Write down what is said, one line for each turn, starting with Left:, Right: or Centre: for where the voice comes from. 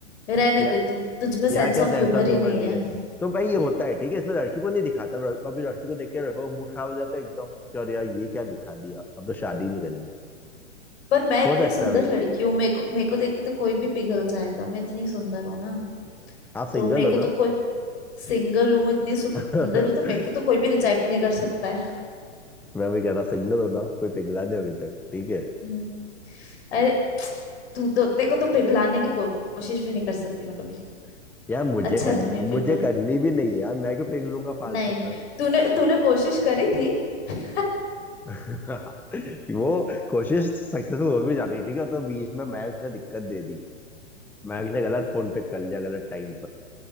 Left: रहने
Centre: या
Left: दे तू तुझमें सेंस
Centre: यार क्या
Left: ऑफ
Centre: सैमसम
Left: ह्यूमर
Centre: ह्यूमर
Left: ही नहीं
Centre: नहीं
Left: है
Centre: है तो भाई ये होता है ठीक है इसमें लड़की को नहीं दिखाता लड़- कभी लड़की को देख के लड़का का मूड खराब हो जाता है एकदम कि अरे यार ये क्या दिखा दिया अब तो शादी नहीं करनी
Left: पर मैं इतनी
Centre: हो सकता
Left: सुंदर
Centre: है भाई
Left: लड़की हूँ मेरे को मेरे को देख के तो कोई भी पिघल जाएगा मैं इतनी सुंदर हूँ ना
Centre: आप सिंगल
Left: तो मेरे
Centre: हो
Left: को
Centre: ना
Left: तो कोई सिंगल हूँ इतनी सुंदर
Centre: <laughs>
Left: हूँ तो मेरे को तो कोई भी रिजेक्ट नहीं कर सकता है
Centre: मैं भी कह रहा सिंगल हो ना कोई पिघला नहीं अभी तक ठीक है
Left: हम्म। अरे तू तो तेरे को तो पिघलाने की को- कोशिश भी नहीं कर सकती मैं कभी
Centre: यार मुझे
Left: अच्छा
Centre: करनी
Left: है तूने पिघला
Centre: मुझे करनी भी नहीं यार मैं क्यों पिघलूंगा फालतू
Left: नहीं
Centre: में
Left: तूने तूने कोशिश करी थी <laughs>
Centre: <laughs> वो कोशिश सक्सेसफुल हो भी जाती है ठीक है तो बीच में महक ने दिक्कत दे दी महक ने गलत फोन पे कर लिया गलत टाइम